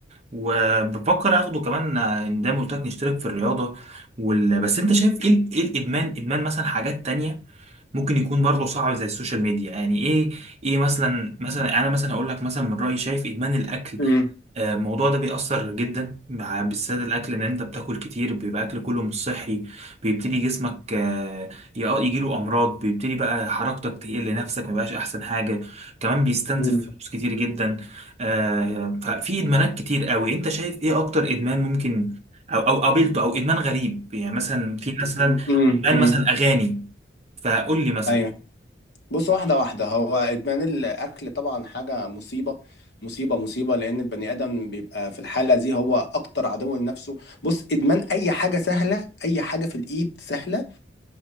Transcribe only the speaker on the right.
وبفكر اخده كمان ان ده قلت لك نشترك في الرياضه وال... بس انت شايف ايه ال- ايه الادمان ادمان مثلا حاجات تانية ممكن يكون برضه صعب زي السوشيال ميديا يعني ايه ايه مثلا مثلا انا مثلا اقول لك مثلا من رايي شايف ادمان الاكل
آه، الموضوع ده بيأثر جدا مع بالذات الاكل ان انت بتاكل كتير بيبقى اكل كله مش صحي بيبتدي جسمك آه، يق- يجيله امراض بيبتدي بقى حركتك تقل نفسك ما بقاش احسن حاجه كمان بيستنزف
فلوس كتير جدا آه، ففي ادمانات كتير قوي انت شايف ايه اكتر ادمان ممكن او او قابلته او ادمان غريب يعني مثلا في مثلا
ادمان
مثلا اغاني فقول لي مثلا